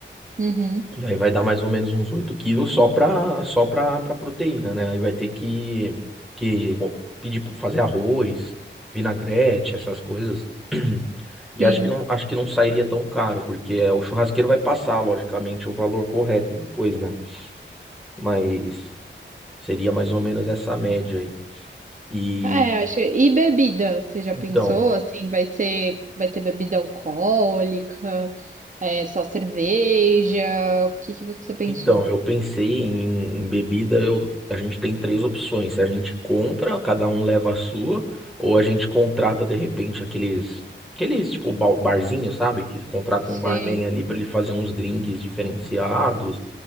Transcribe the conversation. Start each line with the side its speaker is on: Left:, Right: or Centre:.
Right: Uhum,
Centre: Aí vai dar mais ou menos uns 8 quilos só pra, só pra, pra proteína, né? Aí vai ter que, que co- pedir pra fazer arroz, vinagrete, essas coisas. <clears throat> E
Right: sim.
Centre: acho que não, acho que não sairia tão caro, porque é, o churrasqueiro vai passar, logicamente, o valor correto depois, né? Mas seria mais ou menos essa média aí. E
Right: É, acho. E bebida? Você já
Centre: então.
Right: pensou assim? Vai ser, vai ter bebida alcoólica? É só cerveja? O que que você pensou?
Centre: Então, eu pensei em, em bebida, eu, a gente tem três opções. A gente compra, cada um leva a sua, ou a gente contrata de repente aqueles, aqueles tipo ba- barzinho, sabe? Que contrata
Right: Sei.
Centre: um barman ali para ele fazer uns drinks diferenciados,